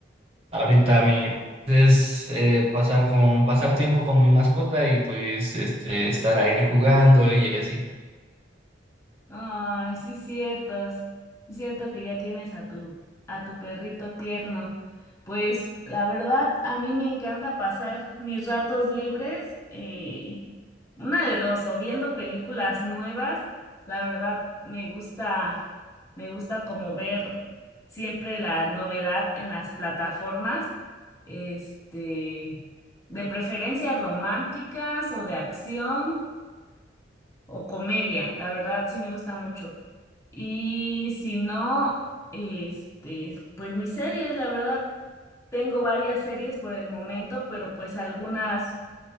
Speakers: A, on the right; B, on the left.
A: Ahorita mi es eh, pasar con pasar tiempo con mi mascota y pues este estar ahí jugando y así.
B: Ay, sí, ciertos. Es cierto que ya tienes a tu, a tu perrito tierno. Pues la verdad, a mí me encanta pasar mis ratos libres, eh, una de dos, o viendo películas nuevas. La verdad, me gusta, me gusta como ver siempre la novedad en las plataformas, este, de preferencia románticas o de acción o comedia. La verdad, sí me gusta mucho. Y si no, este, pues mis series, la verdad, tengo varias series por el momento, pero pues algunas,